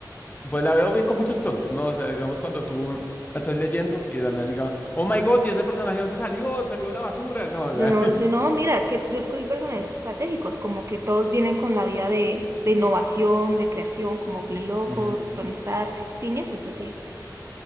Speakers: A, on the left; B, on the right.
A: Pues la veo bien con muchos close, ¿no? O sea, digamos cuando tú estás leyendo y de la nada diga, oh my God, ¿y ese personaje dónde salió? Salió de la basura. No, o
B: Si
A: sea.
B: No, si no, mira, es que yo escogí personajes estratégicos, como que todos vienen con la vida de, de innovación, de creación, como Flynn Loco,
A: <laughs>
B: Tony Stark, Phineas, entonces dije,